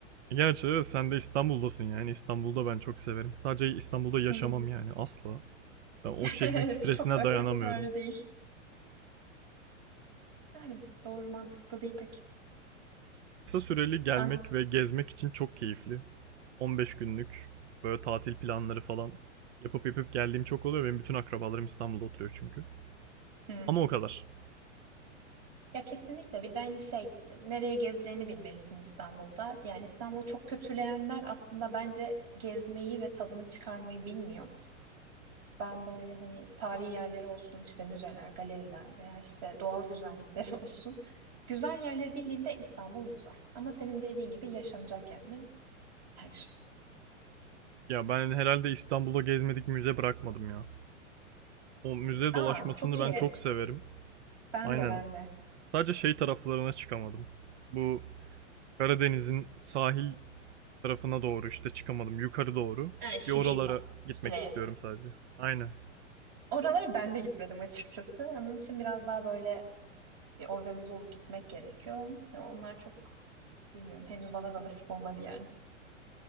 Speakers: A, on the right; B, on the right.
A: E, Gerçi sen de İstanbul'dasın yani. İstanbul'da ben çok severim. Sadece İstanbul'da yaşamam
B: Hı.
A: yani asla. Ben o
B: <laughs>
A: şehrin
B: Evet
A: stresine
B: çok akıl
A: dayanamıyorum.
B: kârı değil. Yani doğru mantıklı değil pek.
A: Kısa süreli gelmek
B: Ankara
A: ve gezmek için çok keyifli. 15 günlük böyle tatil planları falan yapıp yapıp geldiğim çok oluyor. Benim bütün akrabalarım İstanbul'da oturuyor çünkü.
B: Hmm.
A: Ama o kadar.
B: Ya kesinlikle bir de hani şey nereye gezeceğini bilmelisin İstanbul'da. Yani İstanbul'u çok kötüleyenler aslında bence gezmeyi ve tadını çıkarmayı bilmiyor. Ben böyle hani tarihi yerleri olsun işte müzeler, galeriler veya işte doğal güzellikleri <laughs> olsun. Güzel yerleri bildiğinde İstanbul güzel. Ama senin dediğin gibi yaşanacak yer mi? Hayır.
A: Ya ben herhalde İstanbul'da gezmedik müze bırakmadım ya. O müze
B: Aa
A: dolaşmasını
B: çok
A: ben
B: iyi.
A: çok severim.
B: Ben
A: Aynen.
B: de ben de.
A: Sadece şey taraflarına çıkamadım. Bu Karadeniz'in sahil tarafına doğru işte çıkamadım. Yukarı doğru.
B: Ha, Şili'ye
A: Bir oralara
B: falan.
A: gitmek
B: Şile'ye.
A: istiyorum sadece. Aynen.
B: Oralara ben de gitmedim açıkçası. Onun için biraz daha böyle bir organize olup gitmek gerekiyor. Ya Onlar çok bilmiyorum. Henüz bana da nasip olmadı yani.